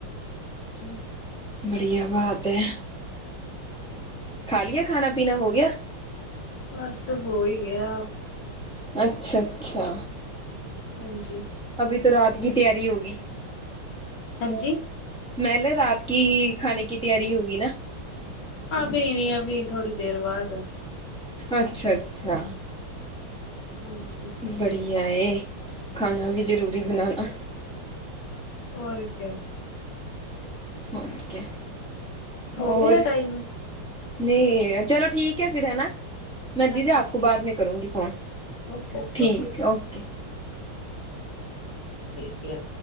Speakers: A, on the left (about 70°); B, in the centre.
A: ਹਾਂਜੀ।
B: ਬੜੀਆ ਬਾਤ ਹੈ। ਖਾ ਲਈਏ ਖਾਣਾ ਪੀਣਾ ਹੋ ਗਿਆ।
A: ਬਸ ਹੋ ਹੀ ਗਿਆ।
B: ਅੱਛਾ ਅੱਛਾ।
A: ਹਾਂਜੀ।
B: ਅਭੀ ਤੋਂ ਰਾਤ ਕੀ ਤਿਆਰੀ ਹੋ ਗਈਂ।
A: ਹਾਂਜੀ।
B: ਮੈਂਨੇ ਰਾਤ ਕੀ ਖਾਣੇ ਕੀ ਤਿਆਰੀ ਹੋਗੀ ਨਾ।
A: ਅਬੀ ਨਹੀਂ ਅਬੀ ਥੋੜੀ ਦੇਰ ਬਾਅਦ।
B: ਅੱਛਾ ਅੱਛਾ।
A: ਹਾਂਜੀ।
B: ਬੜੀਆ ਇਹ ਖਾਣਾ ਵੀ ਜ਼ਰੂਰੀ ਬਣਾਉਣਾ।
A: ਹੋਰ ਕਿਆ।
B: ਔਰ ਕਿਆ। ਹੋਰ?
A: ਹੋ ਗਿਆ ਟਾਈਮ
B: ਨਹੀਂ ਚਲੋ ਠੀਕ ਹੈ ਫਿਰ ਹਨਾ। ਮੈਂ ਦੀਦੀ
A: ਹਾਂਜੀ
B: ਆਪ ਕੋ
A: ਠੀਕ
B: ਬਾਅਦ ਮੈਂ ਕਰੂੰਗੀ ਫੋਨ
A: ਓਕੇ ਓਕੇ
B: ਠੀਕ ਹੈ ਓਕੇ।
A: ਠੀਕ ਹੈ।